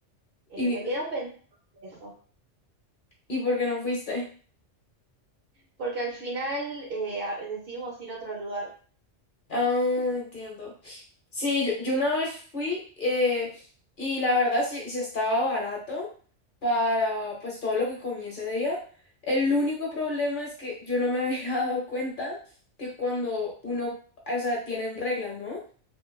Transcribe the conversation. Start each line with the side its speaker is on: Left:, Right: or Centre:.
Right: Eh,
Left: ¿Y, vi-
Right: me quedo pendiente de eso.
Left: y por qué no fuiste?
Right: Porque al final eh, a- decidimos ir a otro lugar.
Left: Ah, entiendo. Sí, yo, yo una vez fui eh, y la verdad sí, sí estaba barato para pues todo lo que comí ese día. El único problema es que yo no me <laughs> había dado cuenta que cuando uno, o sea, tienen reglas, ¿no?